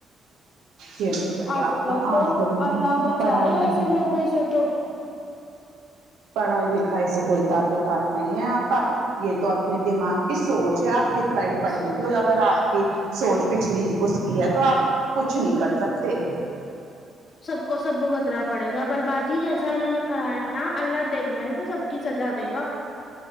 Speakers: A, on the right; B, on the left.
A: یہ تو صحیح
B: آج
A: آپا
B: کل تو
A: آج کل
B: اللہ بچائے
A: پڑھائی
B: ایسے
A: لکھائی
B: تو بھی سیٹ ہو
A: پڑھائی لکھائی سے کوئی تعلقات نہیں ہے آپ کا یہ تو اپنے دماغ کی سوچ ہے آپ کے تا ہی
B: بس
A: پڑھ لکھ لو اگر آپ کی سوچ پچھڑی اس کی ہے تو آپ کچھ نہیں کر سکتے
B: سب کو سب بھگتنا پڑے گا پر باجی جیسا انہوں نے کرا ہے نا اللہ دیکھ رہا ہے ان کو سب کی سزا دے گا